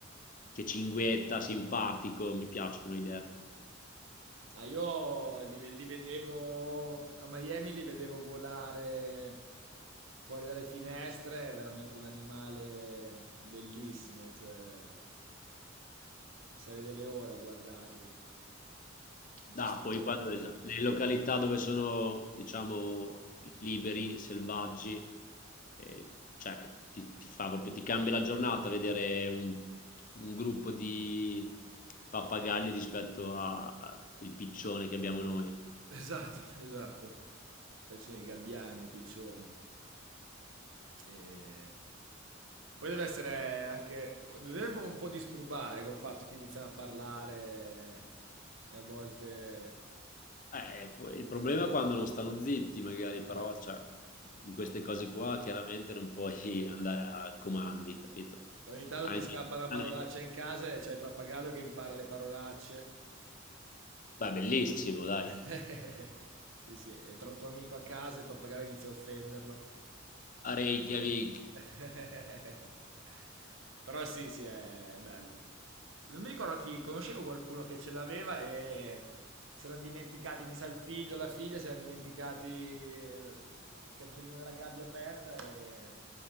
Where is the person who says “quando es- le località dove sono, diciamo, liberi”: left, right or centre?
Left